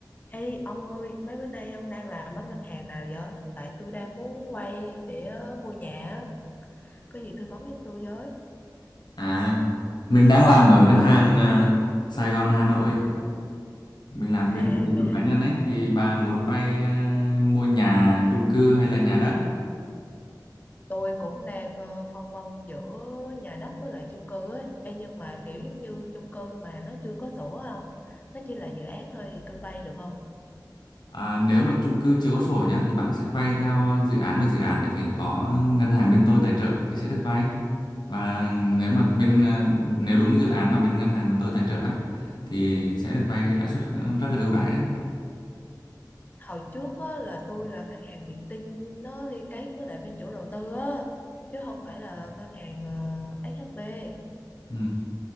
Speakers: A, on the left; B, on the left.
A: Ê ông ơi, mấy bữa nay ông đang làm ở ngân hàng nào vậy? Tại tôi đang muốn vay để ờ, mua nhà, á. có gì tư vấn giúp tôi với.
B: À, mình đang làm ở ngân hàng à, Sài Gòn Hà Nội. Mình làm
A: À,
B: bên tín
A: nghe.
B: dụng cá nhân ấy thì bà muốn vay à, mua nhà, chung cư hay là nhà đất.
A: tôi cũng đang ờ, phân vân giữa nhà đất với lại chung cư ấy. Ê, nhưng mà kiểu giống như chung cư mà nó chưa có sổ á, không? Nó chỉ là dự án thôi thì tôi vay được không?
B: À, nếu mà chung cư chưa có sổ nhá thì bạn sẽ vay theo dự án và dự án ấy phải có ngân hàng bên tôi tài trợ thì sẽ được vay. Và nếu mà bên à, nếu đúng dự án mà bên ngân hàng bên tôi tài trợ á, thì sẽ được vay lãi suất ờ, rất là ưu đãi đấy.
A: Hồi trước á, là tôi là ngân hàng Vietinbank nó liên kết với lại bên chủ đầu tư á, chứ không phải là ngân hàng ờ, SHB.
B: Ừ.